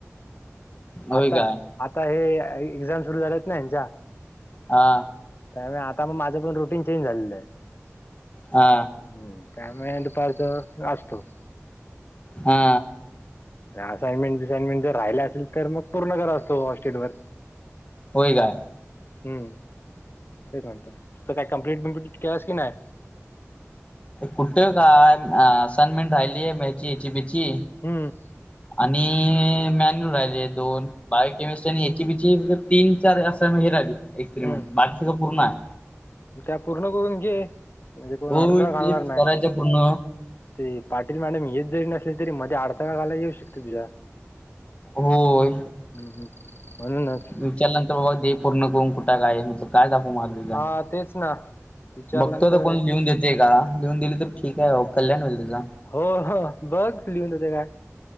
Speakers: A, on the left; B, on the left.
A: होय
B: आता
A: काय
B: आता हे एक्झाम सुरू झालेत ना हच्या
A: हा
B: त्यामुळे आता मग माझ्या प रुटीन चेंज झालेलं आहे.
A: हा
B: हम्म त्यामुळे दुपारच असतो.
A: हा
B: असाइनमेंट बसाइनमेंट जर राहिला असेल तर मग पूर्ण कररा असतो हॉस्टेल वर
A: होय का.
B: हम्म तेच म्हणत तुसं काही कम्प्लीट बम्प्लीट केलंस की नाही.
A: कुठ काय सनमन राहिलीय मचीची बीची
B: हम्म
A: आणि मॅन्यू राहिले दोन बायोकेमिस्ट्री आणि एची बीची तीन चार असं हे राहिले. एक्सपेरिमेंट
B: हम्म
A: बाकीच तर पूर्ण आहे.
B: त्या पूर्ण करून घे म्हणजे कोण
A: हो
B: अडथळा घालणार
A: तेच
B: नाही.
A: करायचं पूर्ण
B: ते पाटील मॅडम हेच जरी नसले तरी मध्ये अडथकाळला येऊ शकत. हम्
A: होय
B: हम् म्हनुनच
A: विचारल्यानंतर बाबा दे पूर्ण करून कुठा काय म्ह काय दाखवू. तुला
B: हा तेच ना विचारल्यानंतर
A: बघतो कोण लिहून देते का लिहून दिली तर ठीक आहे कल्याण होईल त्याचा
B: हो हो बघ लिहून होते काय.